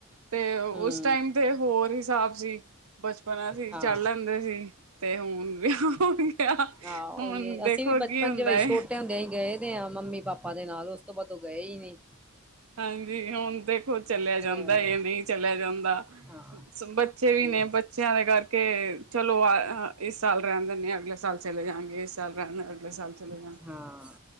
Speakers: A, on the right; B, in the centre.
A: ਤੇ
B: ਹੂੰ
A: ਉਸ ਟਾਈਮ ਤੇ ਹੋਰ ਹਿਸਾਬ ਸੀ, ਬਚਪਨਾ ਸੀ
B: ਹਾਂ
A: ਚੜ ਲੈਂਦੇ ਸੀ। ਤੇ ਹੁਣ ਵਿਆਹ ਗਿਆ ਹੁਣ
B: ਹਾਂ। ਉਹੀ ਹੀ
A: ਦੇਖੋ
B: ਅਸੀਂ ਵੀ ਬ
A: ਕੀ
B: ਪੰਜ
A: ਹੁੰਦਾ
B: ਵਜੇ,
A: ਏ
B: ਛੋਟੇ ਹੁੰਦੇਿਆਂ ਹੀ ਗਏ ਤੇ ਆ ਮੰਮੀ- ਪਾਪਾ ਦੇ ਨਾਲ ਉਸ ਤੋਂ ਬਾਅਦ ਉਹ ਗਏ ਹੀ ਨੀ।
A: ਹਾਂਜੀ। ਹੁਣ ਦੇਖੋ, ਚਲਿਆ ਜਾਂਦਾ
B: ਮੈਂ
A: ਇਹ ਨਹੀਂ ਚਲਿਆ ਜਾਂਦਾ।
B: ਹਾਂ
A: ਬੱਚੇ
B: ਉਹੀਓ,
A: ਵੀ ਨੇ ਬ ਬੱਚਿਆਂ ਦੇ ਕਰਕੇ, ਚਲੋ ਆ ਇਸ ਸਾਲ ਰਹਿਣ ਦਿੰਦੇ ਅਗਲੇ ਸਾਲ ਚਲੇ ਜਾਗੇ, ਇਸ ਸਾਲ ਰਹਿਣ ਅਗਲੇ ਸਾਲ ਚੱਲਗਾ।
B: ਹਾਂ।